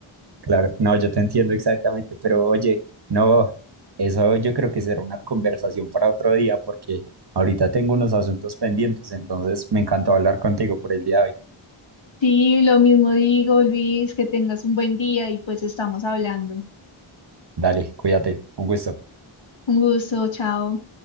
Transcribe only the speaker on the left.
Sí, lo mismo digo, Luis, que tengas un buen día y pues estamos hablando.
Un gusto, chao.